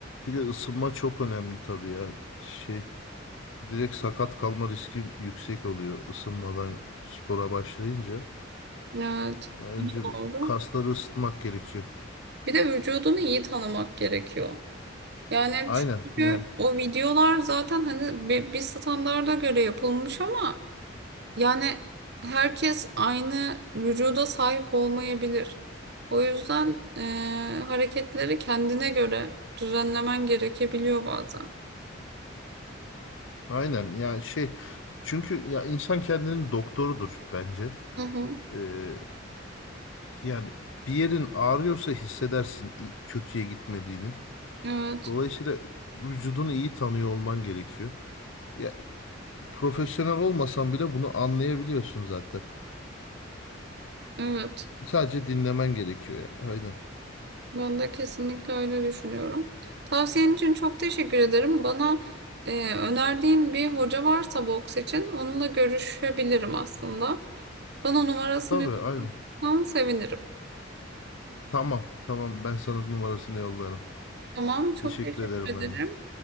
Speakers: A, on the left; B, on the right.
A: Bir de ısınma çok önemli tabii ya. Şey direkt sakat kalma riskim yüksek oluyor ısınmadan spora başlayınca.
B: Evet,
A: Yani Önce bir
B: doğru.
A: kasları ısıtmak gerekiyor.
B: Bir de vücudunu iyi tanımak gerekiyor. Yani
A: Aynen
B: çünkü
A: yani.
B: o videolar zaten hani bir, bir standarda göre yapılmış ama yani herkes aynı vücuda sahip olmayabilir. O yüzden eee, hareketleri kendine göre düzenlemen gerekebiliyor bazen.
A: Aynen yani şey çünkü ya insan kendinin doktorudur bence.
B: Hı hı,
A: Ee, yani bir yerin ağrıyorsa hissedersin i- kötüye gitmediğini.
B: evet,
A: Dolayısıyla vücudunu iyi tanıyor olman gerekiyor. Ya profesyonel olmasan bile bunu anlayabiliyorsun zaten.
B: evet.
A: Sadece dinlemen gerekiyor ya. Aynen.
B: Ben de kesinlikle öyle düşünüyorum. Tavsiyen için çok teşekkür ederim. Bana e, önerdiğin bir hoca varsa boks için onunla görüşebilirim aslında. Bana numarasını
A: Tabii aynen.
B: yollarsan sevinirim.
A: Tamam tamam ben sana numarasını yollarım.
B: Tamam, çok
A: Teşekkür
B: teşekkür
A: ederim
B: ederim.
A: ben de.